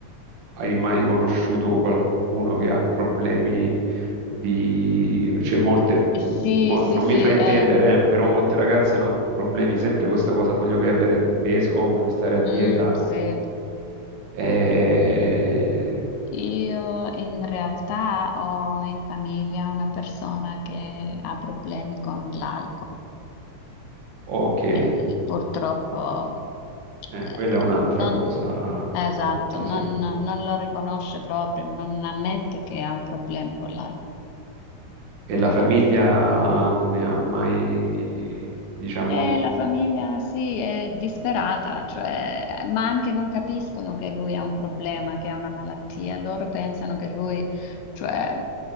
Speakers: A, on the right; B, on the left.
A: Hai mai conosciuto qualcuno che ha problemi di... cioè molte,
B: Eh, Sì,
A: mm, mo- non
B: sì, sì,
A: mi fraintendere,
B: eh,
A: eh, però molte ragazze hanno problemi sempre con questa cosa, voglio perdere di peso, voglio stare a dieta.
B: mm, sì.
A: eh,
B: Io in realtà ho in famiglia una persona che ha problemi con l'alcol.
A: Ok, eh,
B: Eh, purtroppo, eh,
A: quella è un'altra
B: non,
A: cosa
B: esatto,
A: brutta,
B: non,
A: sì.
B: non lo riconosce proprio, non ammette che ha un problema con l'alcol,
A: E la
B: non
A: famiglia
B: lo ammette proprio.
A: ne ha mai, diciamo...
B: E
A: n-
B: la famiglia sì, è disperata, cioè, ma anche non capiscono che lui ha un problema, che ha una malattia. Loro pensano che lui, cioè,